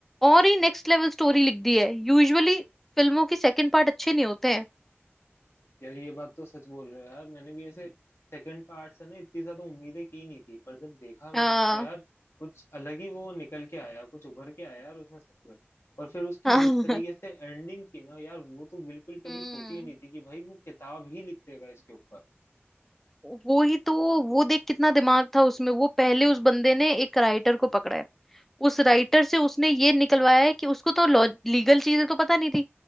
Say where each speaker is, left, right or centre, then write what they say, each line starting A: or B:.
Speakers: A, in the centre; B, on the left.
A: और ही नेक्स्ट लेवल स्टोरी लिख दी है यूजुअली फिल्मों के सेकंड पार्ट अच्छे नहीं होते हैं
B: यार ये बात तो सच बोल रहे हो यार मैंने भी ऐसे सेकंड पार्ट से ना इतनी ज्यादा उम्मीदें की नहीं थी पर जब देखा मैंने
A: हाँ
B: उसको यार कुछ अलग ही वो निकल के आया कुछ उभर के आया यार उसमें सच में और फिर उसकी
A: <laughs>
B: जिस तरीके से एंडिंग की ना यार वो तो बिल्कुल कभी
A: हम्म
B: सोची ही नहीं थी कि भाई वो किताब ही लिख देगा इसके ऊपर
A: वो ही तो वो देख कितना दिमाग था उसमें वो पहले उस बंदे ने एक राइटर को पकड़ा है उस राइटर से उसने ये निकलवाया है कि उसको तो लीगल चीजें तो पता नहीं थी